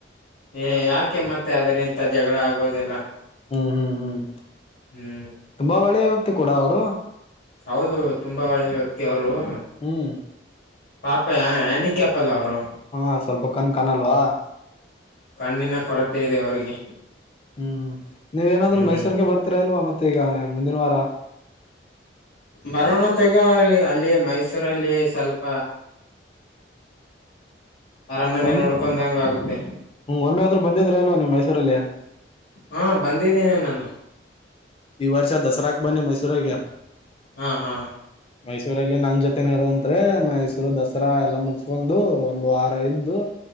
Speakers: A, on the left; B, on the left.
A: ತಾರೇ ಯಾಕೆ ಮತ್ತೆ ಅದ್ರ ಇಂತ ಜಗಳ ಆಗೋದೆಲ್ಲ
B: ಹ್ಮ್ ಹ್ಮ್ ಹ್ಮ್
A: ಹ್ಮ್
B: ತುಂಬಾ ಒಳ್ಳೆ ವ್ಯಕ್ತಿ ಕೂಡ ಅವರು
A: ಹೌದು ತುಂಬಾ ಒಳ್ಳೆ ವ್ಯಕ್ತಿ ಅವ್ರು ಹ
B: ಹ್ಮ್
A: ಪಾಪ ಹ್ಯಾಂಡಿಕ್ಯಾಪ್ ಎಲ್ಲ ಅವರು
B: ಹಾ ಸ್ವಲ್ಪ ಕಣ ಕಾಣಲ್ವಾ
A: ಕಣ್ಣಿನ ಕೊರತೆ ಇದೆ ಅವ್ರಿಗೆ.
B: ಹ್ಮ್ ಹ್ಮ್ ನೀವೇನಾದ್ರು
A: ಹ್ಮ್
B: ಮೈಸೂರ್ ಬರ್ತೀರಾ ಇಲ್ವಾ ಮತ್ತೆ ಈಗ ಮುಂದಿನ ವಾರ
A: ಬರೋಣ ತಗ ಅಲ್ಲಿ ಮೈಸೂರಲ್ಲಿ ಸ್ವಲ್ಪ ಅರಮನೆ
B: ಒ
A: ನೋಡ್ಕೊಂಡಂಗ ಆಗುತ್ತೆ
B: ಒಮ್ಮೆ ಆದ್ರೂ ಬಂದಿದ್ರ ಇಲ್ವಾ ನೀವು ಮೈಸೂರಲ್ಲಿ
A: ಹಾ ಬಂದಿದ್ದೇನೆ ನಾನು
B: ಈ ವರ್ಷ ದಸರಾಕ ಬನ್ನಿ ಮೈಸೂರು ಗ
A: ಹಾ ಹಾ
B: ಮೈಸೂರಲ್ಲಿ ನನ್ನ ಜೊತೆನ ಇರುವಂತ್ರಿ ಮೈಸೂರು ದಸರಾ ಎಲ್ಲ ಮುಗಸ್ಕೊಂಡು ಒಂದು್ ವಾರ ಇದ್ದು